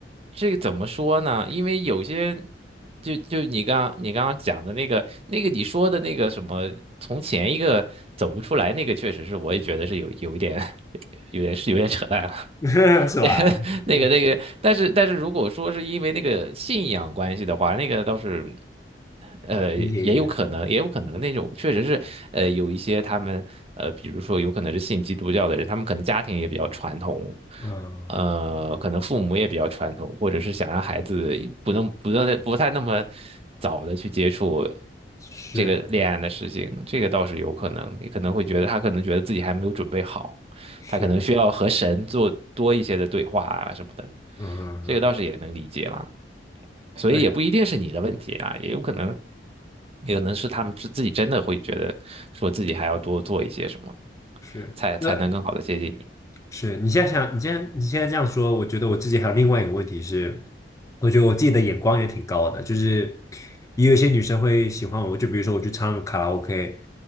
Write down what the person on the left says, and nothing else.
<laughs> 是吧？
<laughs>
理解一点，
嗯，
是
是。
嗯，嗯嗯，
对，
是，
那是你现在想，你现在你现在这样说，我觉得我自己还有另外一个问题是，我觉得我自己的眼光也挺高的，就是也有一些女生会喜欢我，就比如说我去唱卡拉 OK，